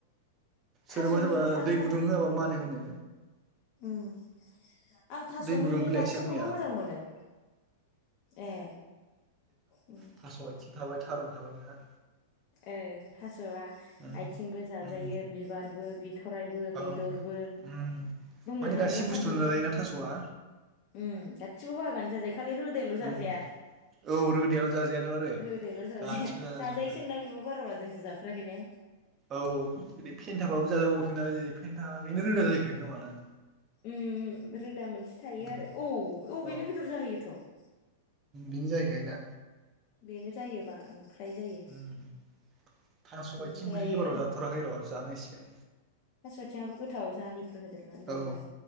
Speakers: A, on the left; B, on the right.
A: थास'नि
B: सोरबा सोरबा
A: आं
B: दै
A: था
B: गुदुं होआबा मानो होनो
A: उम आं थासनि
B: दै गुदुं होलायासै
A: गाससिखौबो
B: आं मैया
A: मोजां मोनो ए उम
B: थास आथिं थाबाय थारुन थाबाय ना
A: ओ थासआ
B: उम
A: आथिंबो जाजायो आरोबो बि थरायबो
B: औ
A: बेदरबो
B: उम
A: बुंनो
B: माने
A: थाङोब्ला
B: गासै बुस्थुआनो
A: थास'नि
B: जाजायोना थास'आ
A: उ गासिबो बाहागानो जा जायो खालि रोदायाल जाजाया
B: उम औ रोदायाव जाजायाथ' आरो
A: रोदायाल जाजाया
B: गासिबो जाजाजोबो
A: जाजायोसो होनदां बे बाराबा जोंसो जाफेराखै ने
B: औ औ बिदि फेन्थाफ्राबो जाजाबावोसोनो ओरै फेन्था बेनो रोदा जायैखायो खोमाना
A: ओम रोदा मोनसे थायो
B: उम
A: आरो औे औ‌
B: औ
A: बेनो बेदर जाहैयोथ'
B: बेनो जाहैखायो ना?
A: बेनो जायोबा ओंख्रि फ्राय जायो
B: उम थास'
A: ओमफ्रायो
B: आथिंखौसो एबाराव जाथाराखै र' जानांसिगोन
A: थास'आथिङाबो गोथाव जारिफोर हो देरनानै जायोबा
B: औ